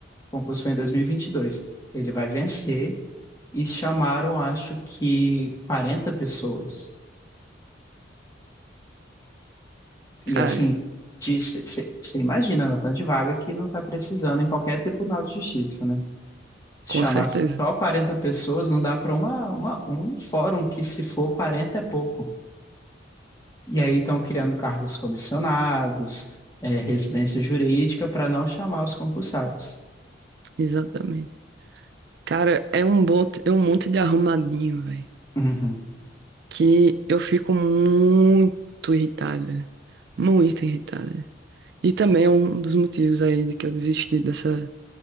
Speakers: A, on the left; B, on the right.
A: o concurso foi em 2022, ele vai vencer e chamaram, acho que 40 pessoas. E
B: Cara,
A: assim, você imagina, na tanto de vaga que não está precisando em qualquer tribunal de justiça, né? Se
B: com
A: chamar
B: certeza.
A: só 40 pessoas, não dá para uma, uma- um fórum que, se for 40 é pouco. E aí estão criando cargos comissionados, é, residência jurídica, para não chamar os concursados.
B: Exatamente. Cara, é um, bot... é um monte de arrumadinho, velho.
A: Uhum.
B: que eu fico muito irritada, muito irritada. E também é um dos motivos aí de que eu desisti dessa,